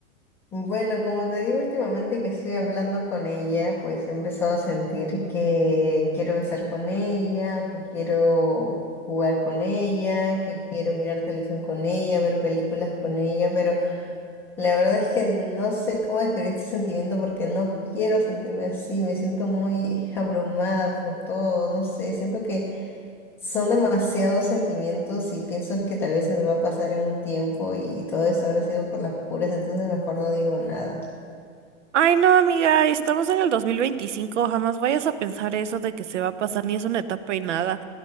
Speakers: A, in the centre; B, on the right.
A: Bueno, como te digo últimamente que estoy hablando con ella, pues he empezado a sentir que quiero estar con ella, que quiero jugar con ella, que quiero mirar televisión con ella, ver películas con ella, pero la verdad es que no sé cómo describir este sentimiento porque no quiero sentirme así, me siento muy <laughs> abrumada por todo, no sé, siento que son demasiados sentimientos y pienso que tal vez se me va a pasar en un tiempo y todo eso habrá sido por las puras, entonces mejor no digo nada.
B: Ay, no, amiga, estamos en el dos mil veinticinco jamás vayas a pensar eso de que se va a pasar ni es una etapa y nada.